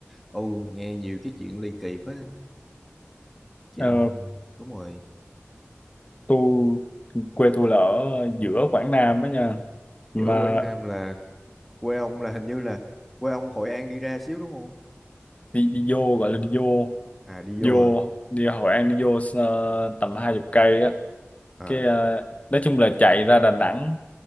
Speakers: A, in the centre; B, on the left.
A: Ồ, nghe nhiều cái chuyện ly kỳ quá. Chuyện
B: Ờ,
A: đúng rồi.
B: tôi quê tôi là ở giữa Quảng Nam đó nha
A: Giữa
B: mà
A: Quảng Nam là quê ông là hình như là quê ông Hội An đi ra xíu đúng không?
B: đi đi vô gọi là đi vô
A: À đi
B: vô
A: vô à.
B: đi Hội An đi vô ờ, tầm hai chục cây á
A: À
B: cái ờ, nói chung là chạy ra Đà Nẵng